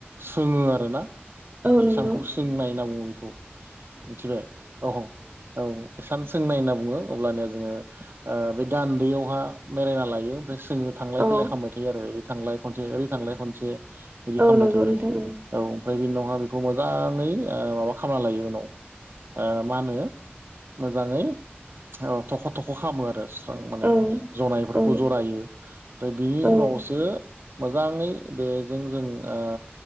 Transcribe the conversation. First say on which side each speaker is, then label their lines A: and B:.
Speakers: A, on the right; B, on the right.
A: सोङो आरोना हिसानखौ
B: औ नंगौ
A: सोंनाय होनना बुङो बेखौ मिथिबाय औ औ हिसान सोंनाय होनना बुङो अब्लानिया जोङो ओ बे गान्दैयावहा मेरायना लायो ओमफ्राय जोङो थांलाय
B: औ
A: फैलाय खालामबाय थायो आरो ओरै थांलाय खनसे ओरै थांलाय खनसे बिदि
B: औ
A: खालामबाय
B: नंगौ
A: थायो
B: नोंथां
A: औ ओमफ्राय बिनि उनावहा बेखौ मोजाङै ओ माबा खालामना लायो उनाव ओ मा होनो मोजाङै थख' थख' खालामो आरो माने
B: औ
A: जनायफोरखौ
B: औ
A: जरायो ओमफ्राय बिनि
B: औ
A: उनावसो मोजाङै बेजों जों ओ